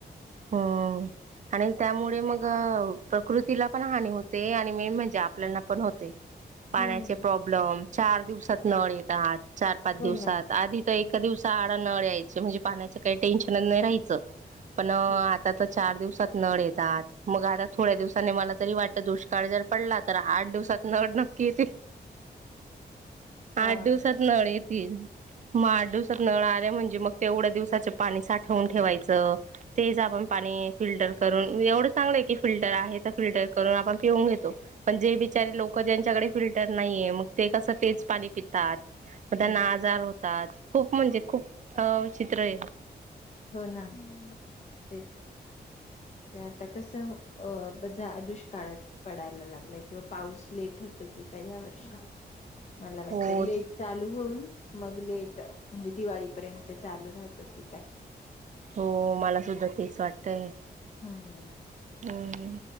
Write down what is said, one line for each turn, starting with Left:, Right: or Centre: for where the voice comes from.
Right: हम् आणि त्यामुळे मग अ प्रकृतीला पण हानी होते आणि मेन म्हणजे आपल्याना पण होते. पाण्याचे
Left: हम्म
Right: प्रॉब्लेम, चार दिवसात नळ येतात चार-पाच
Left: हो
Right: दिवसात
Left: ना हा.
Right: आधी तर एक एका दिवसा आडा नळ यायचे म्हणजे पाण्याचं काही टेन्शनच नाही राहायचं पण अ
Left: हम्म
Right: आता चार दिवसात नळ येतात, मग आता थोड्या दिवसानी मला तरी वाटतं दुष्काळ जर पडला तर आठ दिवसात नळ नक्की येतील. आठ
Left: हा
Right: दिवसात नळ येतील, मग आठ दिवसात नळ आल्या म्हणज् जे मग तेवढ्या दिवसाचं पाणी साठवून ठेवायचं तेच आपण पाणी फिल्ट करून एवढं चांगलंय की फिल्टर आहे तर फिल्टर करून आपण पिऊन घेतो. पण जे बिचारे लोकं ज्यांच्याकडे फिल्टर नाहीये मग ते कसं तेच पाणी पितात. म त्यांना
Left: हम्म
Right: आजार होतात, खूप म्हणजे खूप अ विचित्र आहे.
Left: होय ना तेच ते आता कसं अ ज दुष्काळात पडायला लागलाय किंवा पाऊस लेट होतो कि काही ह्या वर्षी मला वाटतंय
Right: हो.
Left: लेट चालू होऊन, मग लेट म्हणजे दिवाळी पर्यंत चालू राहतो की काय?
Right: हो मला सुद्धा तेच वाटतंय
Left: हम
Right: हम्